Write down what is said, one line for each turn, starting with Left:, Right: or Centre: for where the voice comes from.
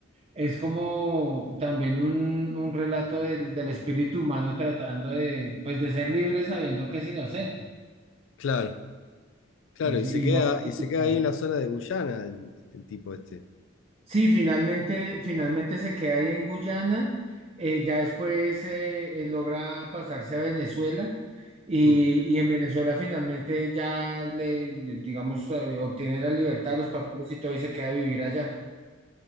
Right: es como también un, un relato del, del espíritu humano tratando de, pues, de ser libre sabiendo que es inocente
Left: claro, claro,
Right: y, si-
Left: y se queda,
Right: y no claudicar.
Left: y se queda ahí en la zona de Guyana el, el tipo este.
Right: Sí, finalmente, finalmente se queda ahí en Guyana, eh, ya después eh, él logra pasarse a Venezuela y,
Left: Mm,
Right: y en Venezuela finalmente ya le, le- digamos, eh, obtiene la libertad, los papeles y todo y se queda a vivir allá.